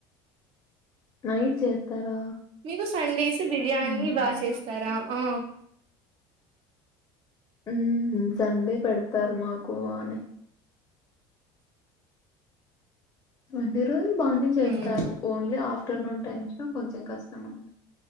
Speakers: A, on the left (about 30°); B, on the right (about 55°).
A: నైట్ చేస్తారా?
B: మీకు సండేస్ బిర్యానీ
A: హ్మ్.
B: బాగా చేస్తారా ఆ
A: హ్మ్ హు సండే పెడతారు మాకు బానే అన్ని రోజులు బానే చేస్తారు
B: మ్మ్
A: ఓన్లీ ఆఫ్ ఆఫ్టర్నూన్ టైమ్స్ లో కొంచెం కష్టం అంతే